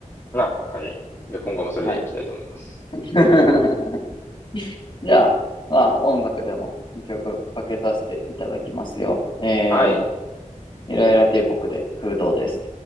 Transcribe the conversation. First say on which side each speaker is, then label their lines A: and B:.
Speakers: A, on the left (about 15°); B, on the left (about 35°).
A: な、はい。じゃあ今後もそれでいきたいと思います。
B: はい。<laughs> じゃあ、まあ、音楽でも2曲かけさせていただきますよ。えー、
A: はい。
B: ゆらゆら帝国で空洞です。